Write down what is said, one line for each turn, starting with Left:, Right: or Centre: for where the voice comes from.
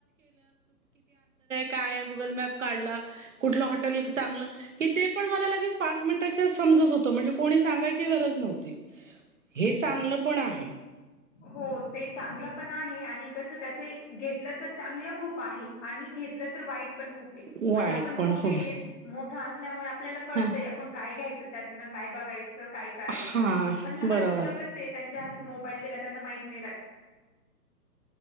Right: काय म काढ कु हटे च ते पण मला लगेच पाच मिनिटाच्या समजत होतं म्हणजे कोणी सांगाय गरज नव्हती. हे चांगलं पण आहे
Left: हो ते चांगलं पण आहे आणि कस त्या घेत. तर चांगलं खूप आणि घेत तर वाईट पण खूप
Right: वाईट
Left: म्हणजे आपण
Right: पण
Left: मोठे
Right: खूप
Left: मोठ असल्यामुळे आपल्याला क
Right: ह
Left: आप काय घ्यायच त्यातन काय बघायचं काय करायचं
Right: हा
Left: पण लहान
Right: बरोबर
Left: मुलं क मामो म्ह.